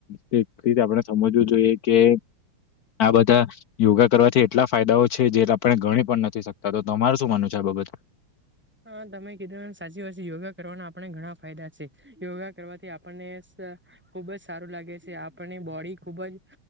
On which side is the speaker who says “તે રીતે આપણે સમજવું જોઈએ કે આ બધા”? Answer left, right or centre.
Left